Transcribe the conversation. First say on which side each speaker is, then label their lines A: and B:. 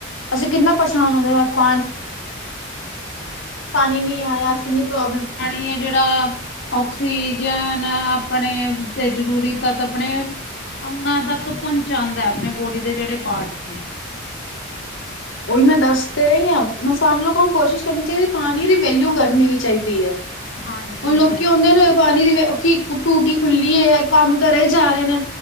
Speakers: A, on the left (about 75°); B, on the left (about 55°).
A: ਅਸੀਂ ਕਿੰਨਾ ਪਰੇਸ਼ਾਨ ਹੁੰਦੇ ਅਪਾਂ ਪਾਨੀ ਨੀਂ ਆਯਾ, ਅੱਜ ਕਿੰਨੀ ਪ੍ਰੋਬਲਮ
B: ਏ ਜੇੜਾ ਓਕਸੀਜੇਨ ਅਪਨੇ ਜੇੜਾ ਤੇ ਜਰੂਰੀ ਤੱਤ ਅਪਨੇ ਅੰਗਾਂ ਤੱਕ ਪਉਂਚਾਂਨਦੈ ਅਪਨੇ ਬੋਡੀ ਦੇ ਜੇੜੇ ਪਾਰਟਸ ਨੇ। <inaudible>
A: ਓਈ ਮੈਂ ਦੱਸ ਤੇ ਰਈਂਆਂ, ਹੁਨ ਸਾਨੂੰ ਲੋਕਾਂ ਨੂੰ ਕੋਸ਼ਿਸ਼ ਕਰਨੀ ਚਾਈਦੀ ਪਾਣੀ ਦੀ ਵੈਲਿਊ ਕਰਨੀ ਵੀ ਚਾਈਦੀ ਐ।
B: ਹਾਂਜੀ
A: ਹੁਣ ਲੋਕੀ
B: ਹਾਂਜੀ
A: ਹੁੰਦੇ ਨੇ ਪਾਣੀ ਦੀ ਓ ਕੀ ਟੂਟੀ ਖੁੱਲੀ ਐ, ਕੰਮ ਕਰੀ ਜਾਰੇ ਨੇ।